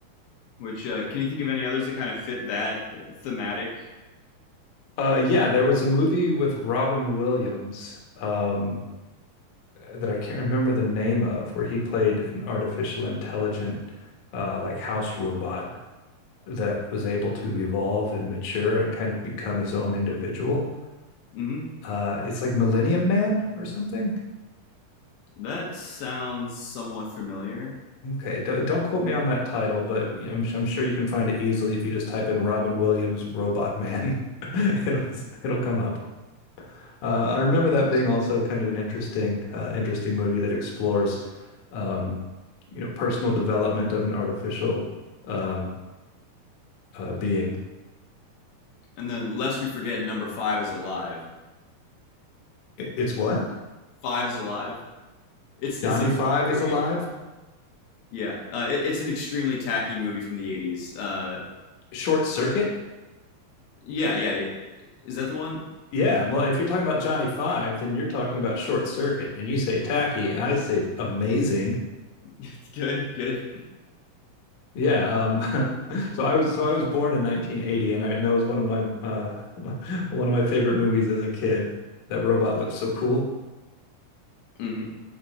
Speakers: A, on the left; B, on the left.
A: Which uh, can you think of any others that kind of fit that uh, thematic?
B: Uh, yeah, there was a movie with Robin Williams um, that I can't remember the name of, where he played an artificial intelligent uh, like house robot that was able to evolve and mature and kind of become his own individual.
A: hmm
B: Uh, it's like Millennium Man or something.
A: That sounds somewhat familiar.
B: Okay, don't, don't quote me on that title, but I'm I'm sure you can find it easily if you just type in Robin Williams Robot Man. <laughs> It'll it'll come up. Uh, I remember that being also kind of an interesting uh, interesting movie that explores, um, you know, personal development of an artificial um, uh, being.
A: And then, lest we forget, number five is alive.
B: I- It's what?
A: Five is alive. It's
B: Johnny
A: it's a
B: Five
A: very
B: is alive?
A: yeah. Uh, it, it's an extremely tacky movie from the eighties. Uh,
B: Short Circuit?
A: yeah, yeah, yeah. Is that the one?
B: Yeah, well, if you're talking about Johnny Five, then you're talking about Short Circuit, and you say tacky, I say amazing.
A: <laughs> Good, good.
B: Yeah, um, <laughs> so I was so I was born in 1980, and I and that was one of my uh, <laughs> one of my favorite movies as a kid. That robot looked so cool.
A: hmm